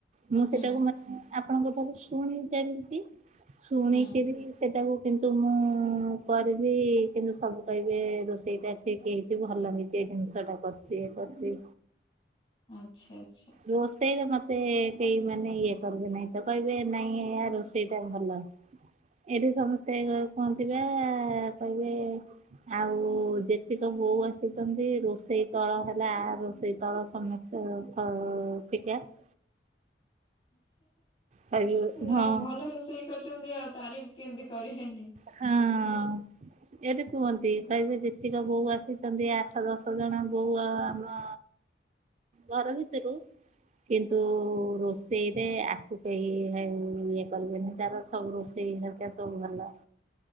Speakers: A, on the right; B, on the left.
A: ମୁଁ
B: ହୁଁ
A: ସେଟାକୁ ମାନେ ଆପଣଙ୍କ ଠାରୁ ଶୁଣିଦେବି ଶୁଣିକିରି
B: ହୁଁ
A: ସେଟାକୁ କିନ୍ତୁ ମୁଁ କରିବି କିନ୍ତୁ ସବୁ କହିବେ ରୋଷେଇଟା ଠିକ୍ ହେଇଚି। <unintelligible> ଭଲ ହେଇଚି ଏଇ ଜିନିଷ ଟା କରିଚି ଏ କରଚି।
B: ଆଚ୍ଛା ଆଚ୍ଛା।
A: ରୋଷେଇ ରେ ମତେ କେହି ମାନେ ଇଏ କରିବେ ନାହିଁ ତ କହିବେ ନାଇଁ ଇଆ ରୋଷେଇ ଟା ଭଲ। ଏଇଠୁ ସମସ୍ତେ କୁହନ୍ତି ବା କହିବେ ଆଉ ଯେତିକ ବୋଉ ଆସିଚନ୍ତି ରୋଷେଇ ତଳ ହେଲା ରୋଷେଇ ତଳ ସମସ୍ତେ ଉଁ -ଫ- ଫିକା। କହିବେ
B: ନା
A: ହଁ
B: ଭଲ ରୋଷେଇ କରିଚନ୍ତି ଆଉ ତାରିଫ୍ କେମିତି କରିିବେନି।
A: ହଁ। ଏଇଠି କୁହନ୍ତି କହିବେ ଯେତିକ ବୋଉ ଆସିଚନ୍ତି ଆଠ ଦଶ ଜଣ ବୋଉ ଆମ ଘର ଭିତୁରୁ କିନ୍ତୁ ରୋଷେଇରେ ଆକୁ କେହି ଇଏ କରିବେନି ତାର ସବୁ ରୋଷେଇ ସେଇ <unintelligible> ସବୁ ଭଲ।